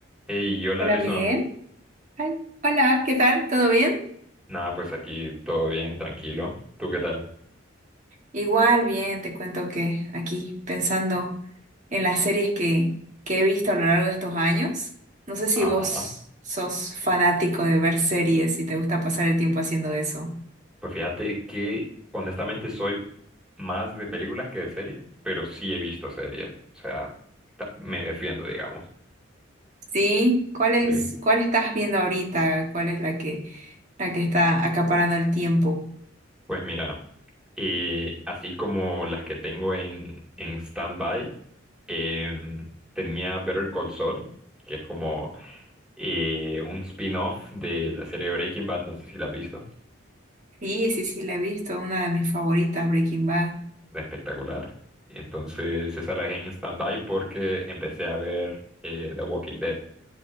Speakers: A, in the centre; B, on the right.
A: Hey, hola
B: Hola
A: Alison.
B: Miguel. Ay, hola, ¿qué tal? ¿Todo bien?
A: Nada, pues aquí todo bien, tranquilo. ¿Tú qué tal?
B: Igual, bien, te cuento que aquí pensando en las series que, que he visto a lo largo de estos años. No sé si
A: Ajá.
B: vos sos fanático de ver series y te gusta pasar el tiempo haciendo eso.
A: Pues fíjate que honestamente soy más de películas que de series, pero sí he visto series. O sea, ta- me defiendo, digamos.
B: ¿Sí? ¿Cuál es,
A: Bien.
B: cuál estás viendo ahorita? ¿Cuál es la que, la que está acaparando el tiempo?
A: Pues mira, eh, así como las que tengo en, en stand-by, em, tenía Better Call Saul, que es como eh, un spin-off de la serie Breaking Bad, no sé si la has visto.
B: Sí, sí, sí, la he visto, una de mis favoritas, Breaking Bad.
A: Espectacular. Entonces esa la dejé en stand-by porque empecé a ver eh, The Walking Dead,